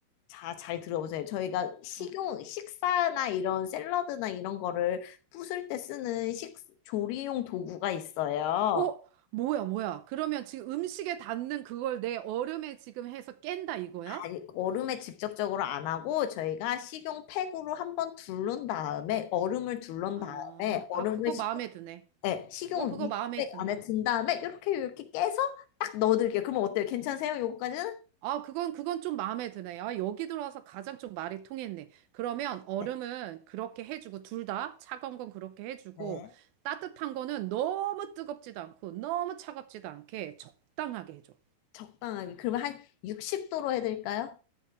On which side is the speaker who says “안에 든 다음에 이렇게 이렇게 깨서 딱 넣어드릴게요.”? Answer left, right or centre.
Left